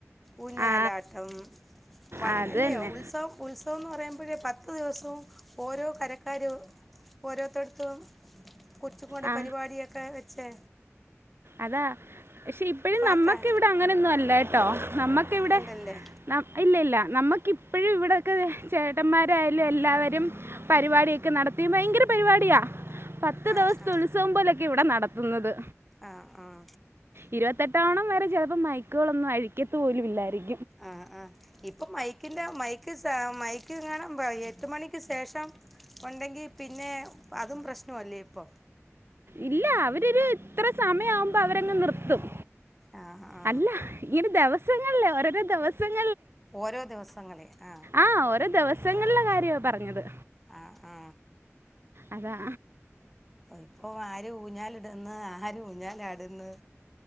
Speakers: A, in the centre; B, on the right.
A: ഊഞ്ഞാലാട്ടം
B: ആ
A: വ
B: ആ, അത്
A: അല്ലോ
B: തന്നെ
A: ഉത്സവം ഉത്സവംന്ന് പറയുമ്പോഴേ പ പത്ത് ദിവസവും ഓരോ കരക്കാര്ും ഓരോരുത്തർത്തും കൊച്ചു കൊടെ
B: ആ
A: പരിപാടിയൊക്കെ വെച്ചേ
B: അതാ പക്ഷെ ഇപ്പഴും നമ്മക്ക്
A: ആക്കാ
B: ഇവിടെ അങ്ങനൊന്നും അല്ല കേട്ടോ നമ്മക്ക ഇവിടെ
A: അല്ലല്ലേ
B: ഇല്ല ഇല്ല നമ്മുക്ക ഇപ്പോഴും ഇവിടെൊക്കെ ചേട്ടന്മാരായാലും എല്ലാവരും പരിപാടിയൊക്കെ നടത്തി ഭയങ്കര പരിപാടിയ പത്ത്
A: ആ
B: ദിവസത്തെ
A: ആ
B: ഉത്സവം പോലെയൊക്കെ ഇവിടെ നടത്തുന്നത്
A: ആ ആ
B: ഇരുപത്തെട്ടോണം വരെ ചിലപ്പോ മൈക്കുകളൊന്നും അഴിക്കത്ത പോലും ഇല്ലായിരിക്കും
A: ആഹ ആഹ ഇപ്പൊ മൈക്ക് എൻ്റെ മൈക്ക് മൈക്ക് കാണുമൾ എട്ട് മണിക്ക് ശേഷം ഉണ്ടെങ്കിൽ പിന്നെ അതും പ്രശ്നല്ലേ ഇപ്പൊ
B: ഇല്ല അവരൊരു ഇത്ര സമയവുമ്പോ അവരങ്ങ് നിർത്തും
A: ആ ആ
B: അല്ല ഇര് ദിവസങ്ങള ഒരോ ദിവസം
A: ഓരോ ദിവസങ്ങളെ ആ
B: ആഹ ഓരോ ദിവസങ്ങളില കാര്യമാണ് പറഞ്ഞത്
A: ആ ഉ
B: അത
A: ഇപ്പൊ ആര് ഊഞ്ഞാലിടന്ന് ആര് ഊഞ്ഞാലാട്ന്ന്